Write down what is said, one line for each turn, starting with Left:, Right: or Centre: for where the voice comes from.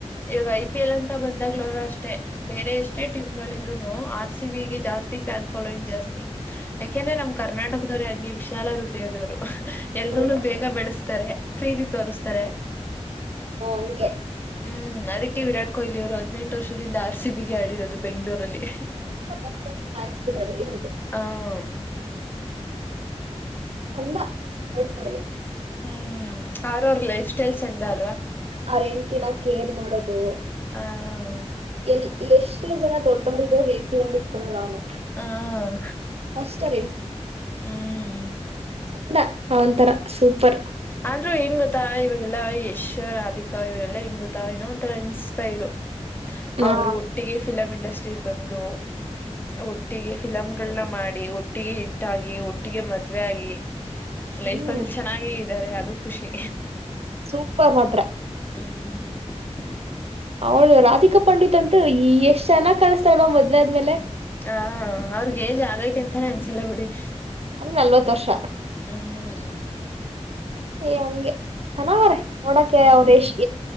Left: ಇವಾಗ ಐ ಪಿ ಎಲ್ ಅಂತ ಬಂದಾಗ್ಲರು ಅಷ್ಟೇ ಬೇರೆ ಎಷ್ಟೇ ಟೀಮ್ಗಳ್ ಇದ್ರೂನು ನೋ ಆರ್ ಸಿ ಬಿ ಗೆ ಜಾಸ್ತಿ ಫ್ಯಾನ್ ಫಾಲೋಯಿಂಗ್ ಜಾಸ್ತಿ ಯಾಕೆಂದ್ರೆ ನಮ್ ಕರ್ನಾಟಕದವ್ರ ಹಾಗೆ ನಿಮಿಷ ಚಾಲಾರುದೆದವರು ಎಲ್ರುನು
Right: ಹ್ಮ್
Left: ಬೇಗ ಬೆಳಸ್ತಾರೆ ಫ್ರೀದಿ ತೋರಿಸ್ತಾರೆ
Right: ಹಂಗೆ
Left: ಹ್ಮ್ ಅದಕ್ಕೆ ವಿರಾಟ್ ಕೊಹ್ಲಿ ಅವರು ಹದಿನೆಂಟ ವರ್ಷದಿಂದ ಆರ್ಸಿಬಿಗೆ ಆಡಿರೋದು ಬೆಂಗಳೂರಲ್ಲಿ
Right: ಅಷ್ಟೊಂದು ಫ್ಯಾನ್ಸ್ ಇದಾರೆ ಇರೋದು
Left: ಹ <unintelligible>
Right: ಚಂದ ನೋಡ್ಕೋಳಲಿ
Left: ಹ್ಮ್ ಆರವರ್ ಲೈಫ್ ಸ್ಟೈಲ್ ಚಂದ ಅಲ್ವಾ
Right: ಅವ್ರ ಹೆಂಡ್ತಿನ ಕೇರ್ ಮಾಡೋದು
Left: ಆ ಹೌ
Right: ಎಲ್ ಎಷ್ಟೇ ಜನ ದೊಡ್ಡವ್ರ ಇದ್ರ ಹೆಂಡತಿನ ಬಿಟ್ಕೋಡಲ್ಲ ಅವನು
Left: ಹ್ಮ್
Right: ಅಷ್ಟ ಅವ್ರ
Left: ಹ್ಮ್
Right: ಸಂದ ಅವಂತರ ಸೂಪರ್
Left: ಆದ್ರೂ ಹೆಂಗ್ ಗೊತ್ತಾ ಇವಾಗೆಲ್ಲಾ ಯಶ್ ರಾಧಿಕಾ ಇವರೆಲ್ಲಾ ಹೆಂಗ್ ಗೊತ್ತಾ ಇನ್ನೋ ಒಂಥರ ಇನ್ಸ್ಪೈರ್
Right: ಹಾ
Left: ಅವರು ಒಟ್ಟಿಗೆ ಫಿಲಂ ಇಂಡಸ್ಟ್ರಿ ಚಿ ಬಂದು ಒಟ್ಟಿಗೆ ಫಿಲಂಗಳನ್ನ ಮಾಡಿ ಒಟ್ಟಿಗೆ ಇಟ್ಟು ಒಟ್ಟಾಗಿ ಒಟ್ಟಿಗೆ ಮದ್ವೆ ಆಗಿ ಲೈಫ್
Right: ಹ್ಮ್
Left: ಅಲ್ಲಿ ಚೆನ್ನಾಗಿ ಇದಾರೆ ಅದು ಖುಷಿ
Right: ಸೂಪರ್ ಮಾತ್ರ
Left: <unintelligible>
Right: ಅವಳು ರಾಧಿಕಾ ಪಂಡಿತ್ ಅಂತು ಈ ಎಷ್ಟ ಚೆನ್ನಾಗಿ ಕಾಣ್ತಾವಳವ ಮದ್ವೆ ಆದ್ಮೇಲೆ
Left: ಹ ಅವ್ರಗ್ ಏಜ್ ಆಗೈತಿ ಅಂತಾನೇ ಅನ್ಸಲ್ಲ ಬಿಡಿ
Right: ಅಲ್ಲಿ ನಲ್ವತ್ತು ವರ್ಷ.
Left: ಹ್ಮ್
Right: ಏ ಹಂಗೆ ಚೆನ್ನಾಗಿ ಅವ್ರೆ ನೋಡಕೆ
Left: ಹ್ಮ್
Right: ಅವ್ರ ಎಷ್ಟ